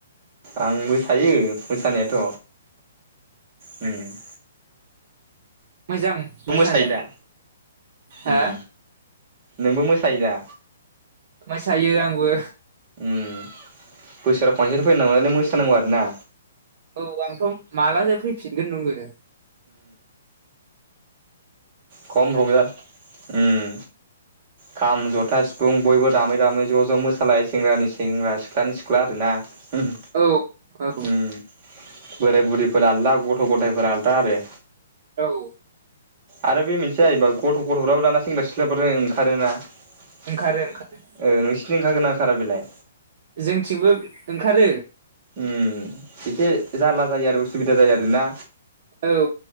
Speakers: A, on the right (about 35°); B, on the right (about 55°).
A: आं मोसायो मोसानायाथ' हम <inaudible>
B: मोजां मोसानो
A: मोसायो दा
B: हा
A: उम नोंबो मोसायो दा?
B: मोसायो आंबो
A: उम बोसोराव खनसे फै न मोसानांगौ लाय मोसानांगौ आरोना।
B: औ आंथ' मालाजो फैफिनगोन नोङो।
A: खम रंजा उम खाम, जथा, सिफुं बयबो दामै दामै ज' ज' मोसालायो सेंग्रानि सेंग्रा सिख्लानि सिख्ला आरोना। उम
B: औ औ
A: उम बोराय बुरिफोर आलादा गथ' गथ' गथायाइफोरा आलदा आरो
B: औ
A: आरो बे मोनसे जायोबा गथ' गथ'फ्राबो दाना सेंग्रा सिख्लाफोर ओंखारोना। ओ
B: ओंखारो ओंखारो
A: नोंसिनिथिं ओंखारो ना खारा बिलाइ
B: जों थिंबो ओंखारो
A: उम एसे जारला जायो आरो उसुबिदा जायो आरोना।
B: औ